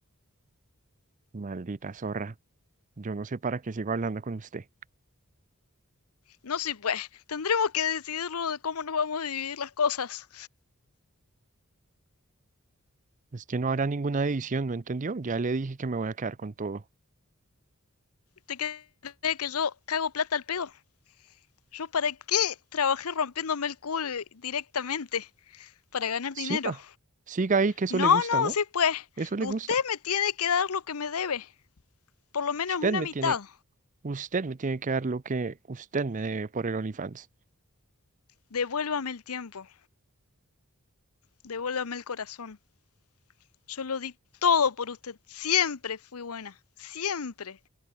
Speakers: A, on the right; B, on the left.
A: Maldita zorra. Yo no sé para qué sigo hablando con usted.
B: No sé, pues, tendremos que decidirlo de cómo nos vamos a dividir las cosas.
A: Es que no habrá ninguna división, ¿no entendió? Ya le dije que me voy a quedar con todo.
B: ¿Te crees que yo cago plata al pedo? ¿Yo para qué trabajé rompiéndome el culo directamente? para ganar
A: Siga,
B: dinero.
A: siga ahí, que eso
B: No,
A: le gusta,
B: no,
A: ¿no?
B: sí pues.
A: Eso le
B: Usted
A: gusta.
B: me tiene que dar lo que me debe. Por lo menos
A: Usted
B: una
A: me
B: mitad.
A: tiene, usted me tiene que dar lo que usted me debe por el OnlyFans.
B: Devuélvame el tiempo. Devuélvame el corazón. Yo lo di todo por usted. Siempre fui buena. Siempre.